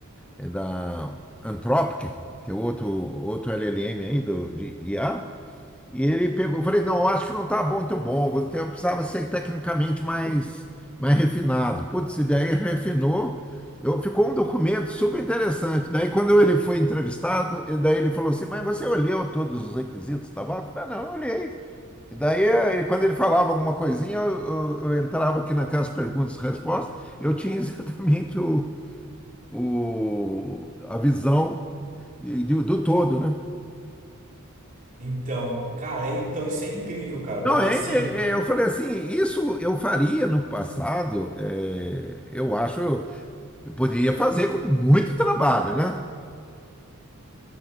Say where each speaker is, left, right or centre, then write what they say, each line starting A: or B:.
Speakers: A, in the centre; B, on the right.
A: é, da Anthropic, que é outro, outro LLM aí do, de IA. E ele pegou, eu falei, não, eu acho que não tá bom, então bom, você eu precisava ser tecnicamente mais, mais refinado. Putz, e daí refinou, eu, ficou um documento super interessante. Daí quando ele foi entrevistado, e daí ele falou assim, mas você olhou todos os requisitos da vaga? Eu falei, ah, não, eu olhei. E daí, eh, quando ele falava alguma coisinha, eu, eu- eu entrava aqui naquelas perguntas e respostas, eu tinha <laughs> exatamente o, o, a visão de- de- do todo, né?
B: Então, cara, é- então isso é incrível, cara, porque
A: Não, é,
B: assim.
A: é, é, eu falei assim, isso eu faria no passado, é, eu acho, eu poderia fazer com muito trabalho, né?